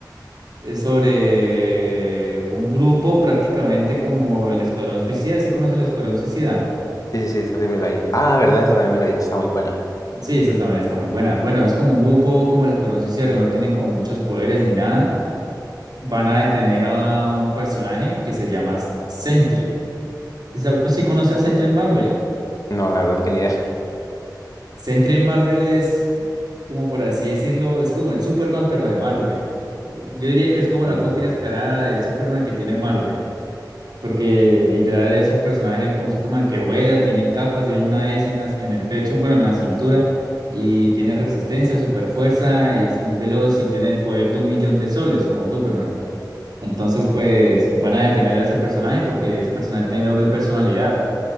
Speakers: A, on the right; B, on the left.
A: es sobre un grupo prácticamente como el Escuadrón Suicida. ¿Sí conoce el Escuadrón Suicida?
B: Sí, sí, sí, esa sí me la vi. Ah, verdad, esa también me la vi, está muy buena.
A: Sí, esa también está muy buena. Bueno, es como un grupo como el Escuadrón Suicida que no tienen como muchos poderes ni nada. Van a detener a un personaje que se llama Sentry. ¿Sí, sabe- sí conoce a Sentry en Marvel?
B: No, la verdad es que ni idea.
A: Sentry en Marvel es, como por así decirlo, es como el Superman, pero de Marvel. Eh, Yo diría que
B: <laughs>
A: es como la
B: Mm.
A: copia descarada de Superman que tiene Marvel, porque literal es un personaje como Superman que vuela, tiene capas, tiene una S en las, en el pecho, bueno, en la cintura, y tiene resistencia, super fuerza, y es muy veloz y tiene el poder de un millón de soles como Superman. Entonces, pues van a detener a ese personaje porque ese personaje tiene doble personalidad.